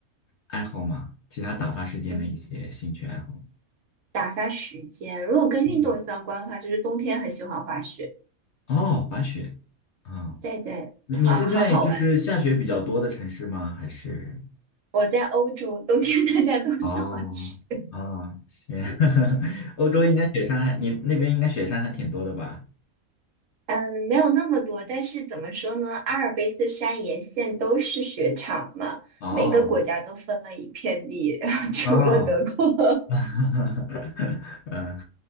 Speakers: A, on the left; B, on the right.
A: 爱好吗？其他打发时间的一些兴趣爱好？
B: 嗯，打发时间，如果跟运动相关的话，
A: 嗯，
B: 就是冬天很喜欢滑雪，
A: 哦，滑雪啊，
B: 对对，
A: 你你是在就是下雪比较多的城市吗？
B: 好很好玩。
A: 还是？
B: 我在欧洲，冬天大家都在滑雪。
A: 哦，啊，行，<laughs> 欧洲应该雪山还，你那边应该雪山还挺多的吧？
B: 嗯，没有那么多，但是怎么说呢？阿尔卑斯山沿线都是雪场嘛，
A: 哦，
B: 每个国家都分了一片地，<laughs> 除了德国。
A: 哦，<laughs> 嗯，